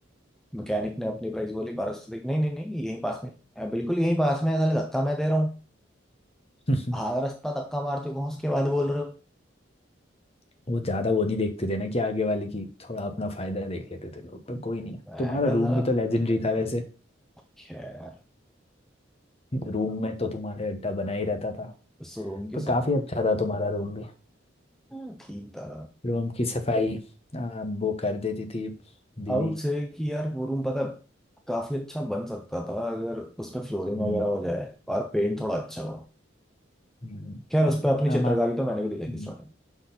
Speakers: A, in the centre; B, on the left.
A: मैकेनिक ने अपनी प्राइस बोली पारस तो देख नहीं नहीं नहीं यहीं पास में बिल्कुल यहीं पास में है, साले धक्का मैं दे रहा हूँ
B: हम्म।
A: आधा रास्ता धक्का मार चुका हूँ उसके बाद बोल रहे हो
B: <laughs> वो ज्यादा वो नहीं देखते थे ना कि आगे वाले की थोड़ा अपना फायदा देख लेते थे लोग पर कोई नहीं
A: मैं
B: तुम्हारा
A: क्या
B: रूम
A: जरा
B: भी तो लेजेंडरी था वैसे
A: खैर
B: रूम में तो तुम्हारे अड्डा बना ही रहता था
A: उस रूम की
B: पर
A: सफाई
B: काफी अच्छा था तुम्हारा रूम भी
A: हाँ, ठीक था
B: रूम की सफाई आ, वो कर देती थी दीदी
A: आउट से कि यार वो रूम पता काफी अच्छा बन सकता था अगर उसमें फ्लोरिंग
B: हम्म
A: वगैरह हो जाए और पेंट थोड़ा अच्छा हो
B: हम्म,
A: खैर
B: पर
A: उस पर अपनी
B: हमारे
A: चित्रकारी तो मैंने भी दिखाई
B: हम्म।
A: थी स्टार्टिंग